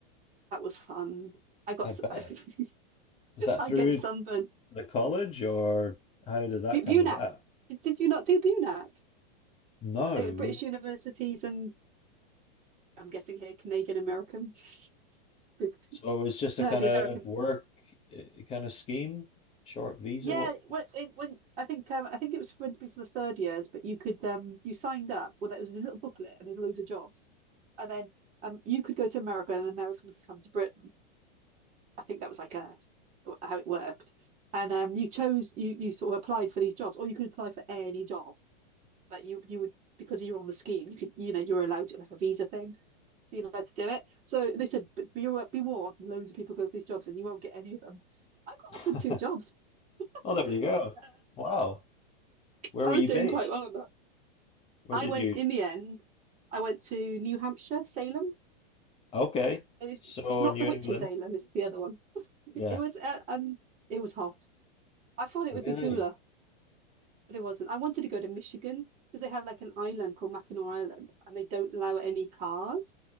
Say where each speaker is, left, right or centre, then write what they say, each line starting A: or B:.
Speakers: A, on the right; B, on the left.
A: That was fun. I got
B: I
A: s-
B: bet.
A: <laughs>
B: Was that
A: I
B: through
A: get sunburnt.
B: the college or how did that
A: Bu
B: come
A: Bunac.
B: about?
A: Did, did you not do Bunac
B: No,
A: at British
B: we
A: universities and I'm guessing here Canadian American? <laughs>
B: so it was just
A: No,
B: a kind
A: it'd be American.
B: of work uh, kind of scheme, short visa.
A: Yeah,
B: What?
A: when, it, when I think um, I think it was for to be for the third years, but you could um you signed up. Well, that was a little booklet and there's loads of jobs, and then um you could go to America and an American could come to Britain. I think that was like a how it worked, and um you chose you you sort of applied for these jobs, or you could apply for any job. Like you you would because you were on the scheme, you could you know, you were allowed to like a visa thing. So you're allowed to do it. So they said, but be wa- be warned, loads of people go for these jobs and you won't get any of them. I got
B: <laughs>
A: offered two jobs. I
B: Oh, there
A: was like,
B: you go.
A: "Yeah,
B: Wow. Where
A: I
B: were
A: was
B: you
A: doing
B: based?
A: quite well on that.
B: Where
A: I
B: did
A: went
B: you?
A: in the end, I went to New Hampshire, Salem.
B: Okay.
A: And it's
B: So
A: it's not
B: New
A: the witchy
B: England.
A: Salem, it's the other one.
B: Yeah.
A: It was uh, um it was hot. I thought it
B: Really?
A: would be cooler. but it wasn't. I wanted to go to Michigan because they have like an island called Mackinac Island and they don't allow any cars.